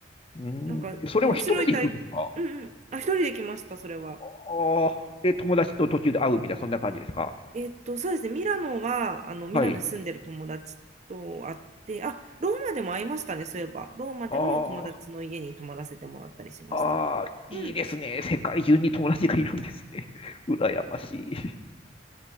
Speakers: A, on the left; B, on the right.
A: うん、
B: なんか面白い体、
A: それは一人で行くんですか。
B: うんうん。あ、一人で来ました、それは。
A: ああー、で、友達と途中で会うみたいな、そんな感じですか。
B: えっと、そうですね、ミラノは、あの、ミラノに住んでる友達と会って、
A: はい。
B: あ、ローマでも会いましたね、そういえば。ローマでも友達の家に泊まらせてもらったりしました。
A: ああ、ああ、いいですね。
B: うん、
A: 世界中に友達がいるんですね。<laughs> 羨ましい。